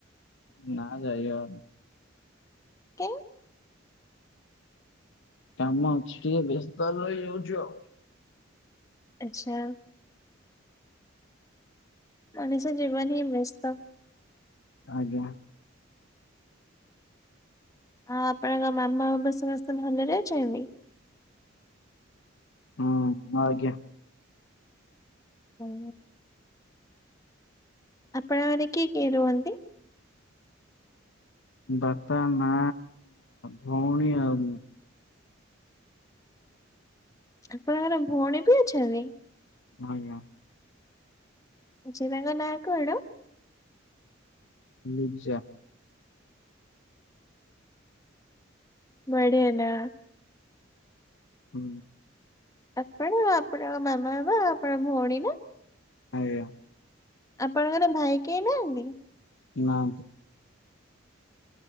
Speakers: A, on the left (about 65°); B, on the left (about 15°).
A: ନା ଯାଇ ହବନି।
B: କେ
A: କାମ ଅଛି ଟିକେ ବ୍ୟସ୍ତ ରହିଯାଉଛି ଆଉ।
B: ଆଛା। ମଣିଷ ଜୀବନ ହି ବେସ୍ତ।
A: ଆଜ୍ଞା।
B: ଆ ଆପଣଙ୍କ ମାମା ବାପା ସମସ୍ତେ ଭଲରେ ଅଛନ୍ତି
A: ହୁଁଁ, ଆଜ୍ଞା।
B: ହୁଁ। ଆପଣ ଘରେ କିଏ କିଏ ରୁହନ୍ତି?
A: ବାପା ମା ଭଉଣୀ ଆଉ ମୁଁ।
B: ଆପଣଙ୍କର ଭଉଣୀ ବି ଅଛନ୍ତି।
A: ଆଜ୍ଞା।
B: ଯନାଙ୍କ ନାଁ କଣ?
A: ଲିଜା।
B: ମ ଆଡେ ନା।
A: ହୁଁ।
B: ଆପଣ ଆପଣଙ୍କ ମାମା ବା ବା ଆପଣ ଭଉଣୀ ନା।
A: ଆଜ୍ଞା।
B: ଆପଣଙ୍କର ଭାଇ କେହି ନାହାନ୍ତି?
A: ନାଁନ୍ତି।